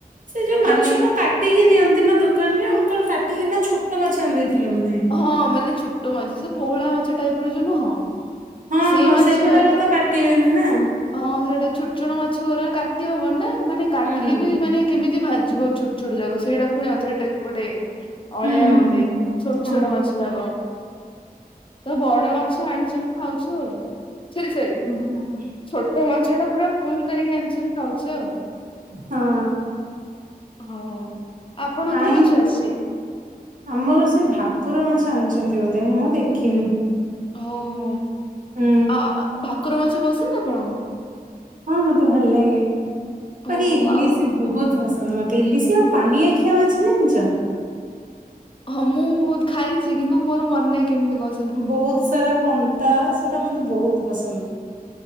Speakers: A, on the right; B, on the left.
A: ସେଇ ଯୋଉ ମାଛ
B: ଖାଲି
A: ତ କାଟ୍ କାଟିକି ଦିଅନ୍ତି ନା ଦୋକାନ ରେ ଅଙ୍କଲ କାଟିକି ନା ଛୋଟ ମାଛ ଆଣି ଦେଇଥିଲେ ବୋଧେ।
B: ହଁ ମାନେ ଛୋଟ ମାଛ ପୋହୁଳା ମାଛ ଟାଇପ ର ଯୋଉ ନୁହଁ?
A: ହଁ
B: ସେ
A: ହଁ
B: ମାଛ
A: ସେଗୁଡାକ ତ କାଟିବେନି ନା
B: ହଁ ସେଟା ଛୁ <inaudible> ମାଛରା କାଟି ହବନି ନା ମାନେ କାଟିଲେ
A: ହୁଁ
B: ବି ମାନେ କେମିତି ଭାଜିବ ଛୋଟ ଛୋଟ ଯାକ ସେଇଟା ପୁଣି ଆଉଥରେ ଟେକ୍ ଗୋଟେ
A: ହୁଁ।
B: ଅଳିଆ ଗୋଟେ। ଛୋଟ ଛୋଟ
A: ହଁ
B: ଟ ମାଛ ଯାଗ ତ ବଡ ମାଛ ଆଣିଚନ୍ତି ଖାଉଛୁ। ସରି ସରି
A: ହଁ
B: ଛୋଟ ମାଛ ଟା ପୁରା ଫୁଲ୍ କରିକି ଆଣିଚନ୍ତି ଖାଉଚୁ ଆଉ।
A: ହଁ।
B: ହଁ ଆପଣ
A: ଆଇଁ
B: କି ମାଛ ଆସିଛି?
A: ଆମର ସେ ଭାକୁର ମାଛ ଆଣିଚନ୍ତି ବୋଧେ ମୁଁ ଦେଖିନି।
B: ଓହୋ
A: ହୁଁ
B: ଆ ଭାକୁର ମାଛ ପସନ୍ଦନା ଆପଣଙ୍କୁ।
A: ହଁ ମତେ ଭଲ ଲାଗେ ବାକି
B: ଓହୋ
A: ଇଲିସି
B: ଆଉ
A: ବହୁତ୍ ପସନ୍ଦ ମତେ ଇଲିଶ ଆଉ ପାଣି ଆଖିଆ ମାଛ ଜାଣିଚ?
B: ହଁ ମୁଁ ଖାଇଛି କିନ୍ତୁ ମୋର ମନେ କେମିତି କ
A: ବହୁତ୍ ସାରା କଣ୍ଟା ସେଟା ମତେ ବହୁତ୍ ପସନ୍ଦ।